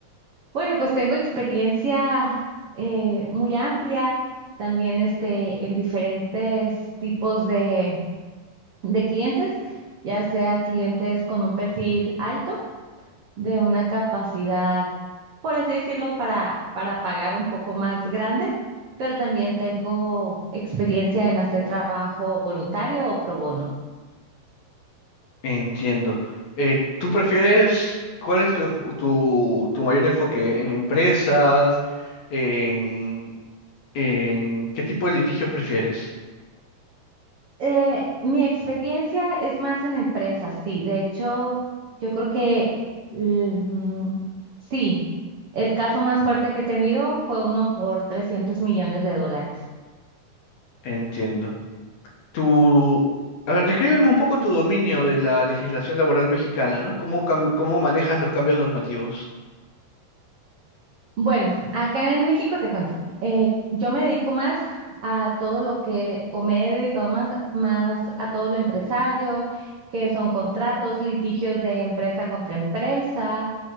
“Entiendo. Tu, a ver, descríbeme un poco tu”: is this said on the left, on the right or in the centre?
Left